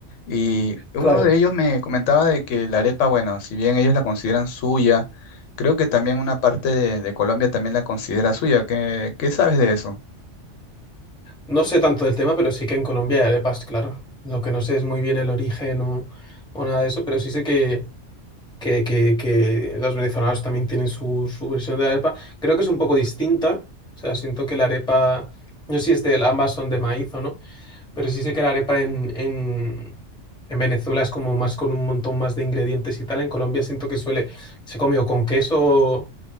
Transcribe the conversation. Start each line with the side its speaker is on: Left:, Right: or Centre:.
Left: Y uno
Centre: claro.
Left: de ellos me comentaba de que la arepa, bueno, si bien ellos la consideran suya, creo que también una parte de, de Colombia también la considera suya. ¿Qué, qué sabes de eso?
Centre: No sé tanto del tema, pero sí que en Colombia hay arepas, claro. Lo que no sé es muy bien el origen o, o nada de eso, pero sí sé que, que, que, que los venezolanos también tienen su, su versión de la arepa. Creo que es un poco distinta. O sea, siento que la arepa, no sé si es de, ambas son de maíz o no. Pero sí sé que la arepa en, en, en Venezuela es como más con un montón más de ingredientes y tal. En Colombia siento que suele, se come o con queso